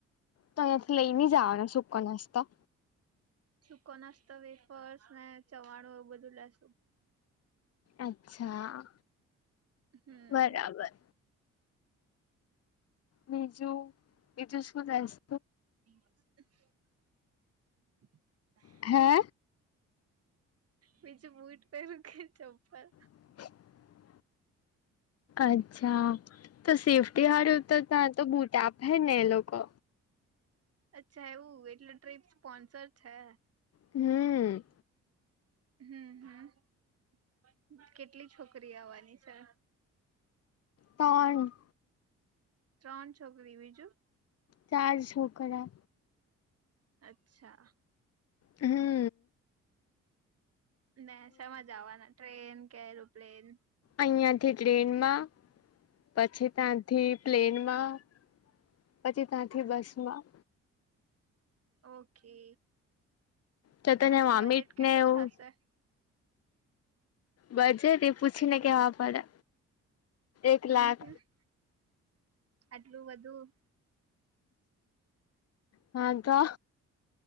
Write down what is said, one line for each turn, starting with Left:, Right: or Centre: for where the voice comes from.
Left: તો અંથી લઈ જવાના સુક નાસ્તા.
Right: સુૂકો નાસ્તો, વેફર્સ ને, ચવાણો એવું બધું લેશુ.
Left: અચ્છા,
Right: હમ
Left: બરાબર. બજું બીજું શું? જસ
Right: <unintelligible>
Left: હે?
Right: બીજું બૂટ પરું કે, ચપ્પલ?
Left: <unintelligible> અચ્છા, તો સેફ્ટી હળ ઉતરતા તો બુટાપે ને, એ લોકો.
Right: અચ્છા, એવું એટલે ટ્રીપ સ્પોન્સર છે.
Left: હમ્મ.
Right: હમ્મ, હમ્મ, કેટલી છોકરી આવવાની છે?
Left: ત્રણ.
Right: ત્રણ છોકરી બીજું
Left: ચાર છોકરા.
Right: અચ્છા.
Left: હમ્મ.
Right: નસામાં જ આવવાના ટ્રેન કે? એરોપ્લેન?
Left: અહીંથી ટ્રેનમાં પછી ત્યાંથી પ્લેનમાં. પછી ત્યાંથી બસ માં.
Right: ઓકે.
Left: તો તને
Right: પછી
Left: વોમિટ
Right: બજેટ કેટલું
Left: ને એવું
Right: થશે?
Left: બજે તે પૂછીને કેવા પડે. એક
Right: હમ્મ,
Left: લાખ
Right: હ, આટલું બધું.
Left: હા, તો.